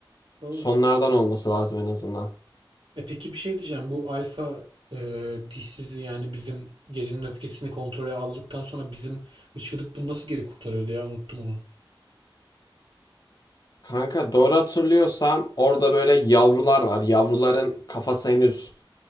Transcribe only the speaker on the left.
Sonlardan olması lazım en azından.
Kanka doğru hatırlıyorsam orada böyle yavrular var. Yavruların kafası henüz